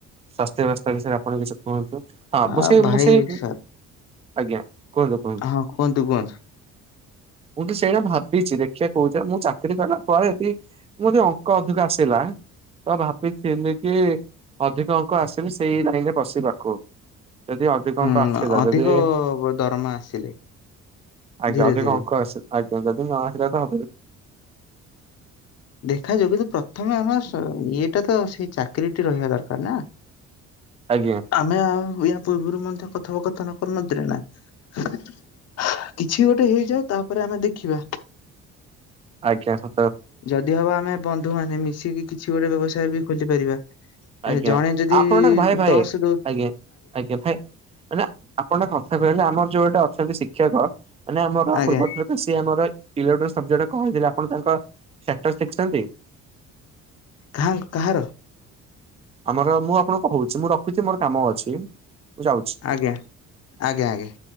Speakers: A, on the right; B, on the left.
A: ସ୍୍ୱାସ୍ଥ୍ୟ ବ୍ୟବସ୍ଥା ବିଷୟରେ ଆପଣ କିଛି। କୁହନ୍ତୁ ହଁ
B: ଆ
A: ମୁଁ ସେ
B: ଭାଇ
A: ମୁଁ ସେଇ।
B: ସାର୍
A: ଆଜ୍ଞା କୁହନ୍ତୁ କୁହନ୍ତୁ
B: ହଁ କୁହନ୍ତୁ କୁହନ୍ତୁ।
A: ମୁଁ ତ ସେଇଟା ଭାବିଛି ଦେଖିବା କହୁଛ ମୁଁ ଚାକିରି କଲା ପରେ ଯଦି ମୋର ଯ ଅଙ୍କ ଅଧିକ ଆସିଲା। ତ ଭାବିଛିମ କି ଅଧିକ ଅଙ୍କ ଆସନି ସେଇ ଲାଇନ ରେ ବଶିବାକୁ। ଯଦି ଅଧିକ
B: ହୁଁ
A: ଅଙ୍କ ଆସିଥିଲା
B: ଅଧିକ
A: ଯଦି
B: ଦରମା ଆସିଲେ
A: ଆଜ୍ଞା
B: ଧୀରେ
A: ଅଧିକ।
B: ଧୀରେ
A: ଆସି ଆଜ୍ଞା ଯଦି ନ ଆସିଲା ତ
B: ଦେଖାଯାଉ କିନ୍ତୁ ପ୍ରଥମେ ଆମର ଇଏଟା ତ ସେଇ ଚାକିରିୀ ଟି ରହିବା ଦରକାର ନା।
A: ଆଜ୍ଞା
B: ଆମେ ଆ ଇ। ପୂର୍ବରୁ ମଧ୍ୟ କଥାବ କଥନ କରିନଥିଲେ ନା। କିଛି ଗୋଟେ ହେଇଯାଉ ତାପରେ ଆମେ ଦେଖିବା।
A: ଆଜ୍ଞା ସ।
B: ଯଦି ହବ ଆମେ ବନ୍ଧୁ ମାନେ ମିଶିକି କିଛି ଗୋଟେ ବ୍ୟବସାୟ ବି ଖୋଲି ପାରିବା।
A: ଆଜ୍ଞା
B: ଏ ଜଣେ ଯଦି
A: ଆପଣ ଟା ଭାଇ ଭାଇ
B: ଦଶ ଦଉ
A: ଆଜ୍ଞା ଆଜ୍ଞା ଭାଇ। ମାନେ ଆପଣ ଟା କଥା କହିଲେ ଆମର ଯୋଉ ଗୋଟେ ଅଛନ୍ତି। ଶିକ୍ଷକ ମାନେ ଆମର
B: ଆଜ୍ଞା
A: ପୂର୍ବ ଲୋକ ସିଏ ଆମର ଇଟ କହିଥିଲେ ଆପଣ ତାଙ୍କ ସେକ୍ଟର ଶିଖଛନ୍ତି
B: କା କାହାର?
A: ଆମର ମୁଁ ଆପଣଙ୍କୁ କହୁଛି ମୁଁ ରଖୁଛି ମୋର କାମ ଅଛି। ଯାଉଛି।
B: ଆଜ୍ଞା ଆଜ୍ଞା ଆଜ୍ଞା